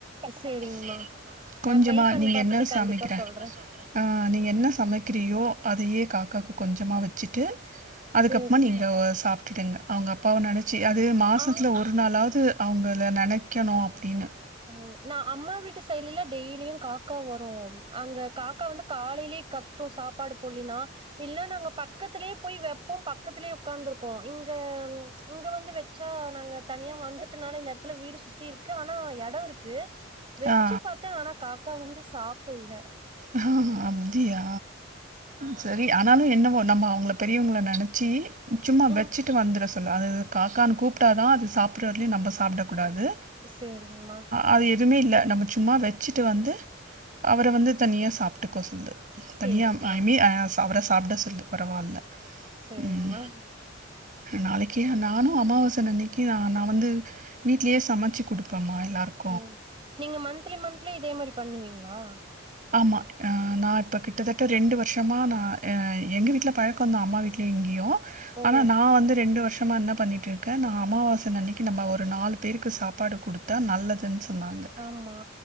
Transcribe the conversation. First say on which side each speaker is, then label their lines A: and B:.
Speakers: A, on the right (about 30°); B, on the right (about 45°).
A: சேரிங்மா
B: சேரிங் கொஞ்சமா
A: நா ட்ரை பண்ணி
B: நீ
A: பாத்துட்டு
B: என்ன சமைக்குற
A: சொல்றே
B: கண்டிப்பா சொல் ஆ நீங்க என்ன சமைக்கிறீயோ அதையே காக்காக்கு கொஞ்சமா வச்சுட்டு அதுக்கப்மா
A: சேரிங்மா
B: நீங்க ஒ சாப்ட்டுடுங்க அவங்க அப்பாவ நெனச்சு அது மாசத்ல
A: ஆ
B: ஒரு ஒரு நாளாவ்து அவங்கள நெனைக்கணு அப்டின்னு
A: அ நா அம்மா வீட்டு சைட்லலா டெய்லியு காக்கா வரு அங்க காக்கா வந்து காலேலே கத்து சாப்பாடு போட்லீனா இல்ல நாங்க பக்கத்துலே போய் வெப் போம் பக்கத்துலயே உக்காந்துருக்கோ இங்க ம் இங்க வந்து வச்சா நாங்க தனியா வந்து ட்டனால இந்த எடத்துல வீடு சுத்தி இருக்கு ஆனா யார் க்கு வெச்சு
B: ஆ
A: பாத்தே ஆனா காக்கா வந்து சாப்புட்ல
B: ஆ அப்டியா செரி ஆனாலு என்னவோ நம்ம அவங்கள பெரியவங்கள நெனச்சி சும்மா
A: ம்
B: வச்சிட்டு வந்துறச் சொல்லு அது காக்கான்னு கூப்ட்டா தா அது சாப்பிட்ற வரேலயும நம்ப சாப்பிடக்கூடாது
A: சேரிங்ம்மா
B: அது எதுவுமே இல்ல நம்ம சும்மா வச்சிட்டு வந்து அவர வந்து தனியா சாப்பிட்டுக்கோ சொல்லு
A: சேரிங்மா
B: தனியா ஐ மீன் அ அவர சாப்ட சொல்லு பரவால்ல
A: சேரிங்மா
B: ம் நாளைக்கே நா நானு அமாவாசன் அன்னைக்கு நா நா வந்து வீட்லயே சமச்சு குடுப்பம்மா எல்லாருக்
A: ஒ நீங்க மந்த்லி மந்த்லி இதே மாறி பண்ணுவீங்ளா
B: ஆமா அ நா இப்போ கிட்டத்தட்ட ரெண்டு வருஷோ மா நா எங்க வீட்ல பழக்கந்தா அம்மா வீட்டுலேயு இங்கேயு
A: ஓ
B: ஆனா நா வந்து ரெண்டு வருஷோ மா நா பண்ணிட்டு இருக்கே நா அமாவாச அன்னைக்கு நம்ம ஒரு நாலு பேருக்கு சாப்பாடு குடுத்தா நல்லதுன் சொல் வாங்க
A: ஆமா